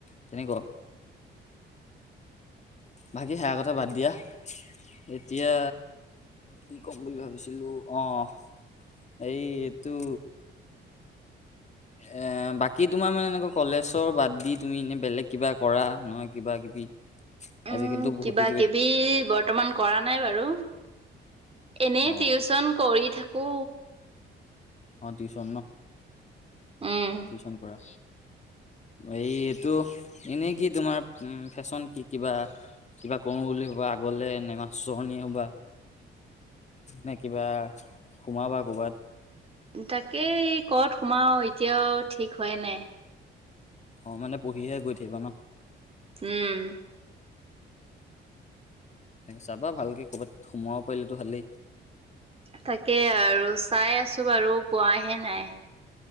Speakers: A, on the left; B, on the right.
A: তেনেকুৱা বাকী সেয়া কথা বাদ দিয়া। এতিয়া কি ক'ম বুলি ভাবিছিলো অ' এই এইটো এ' বাকী তোমাৰ মানে এনেকুৱা কলেজৰ বাদ দি তুমি এনে বেলেগ কিবা কৰা নহয় কিবা কিবা কি
B: উম,
A: আজিকালিতো বহুতে
B: কিবা - কিবি বৰ্তমান কৰা নাই বাৰু। এনেই
A: অ
B: টিউচন কৰি থাকো
A: অ টিউচন ন
B: উম।
A: টিউচন কৰা এই এইটো এনেই কি তোমাৰ ফেশ্বন কি কিবা কিবা কৰো বুলি ভবা আগলে এনে মাষ্টৰনী হবা এনে কিবা সোমাবা ক'বাত
B: তাকেই কত সোমাও এতিয়াও ঠিক হোৱাই নাই
A: অঁ মানে পঢ়িয়ে গৈ থাকিবা ন
B: উম
A: চাবা ভালকে ক'বাত সোমাব পাৰিলেতো ভালেই
B: তাকে আৰু চাই আছো বাৰু পোৱাহে নাই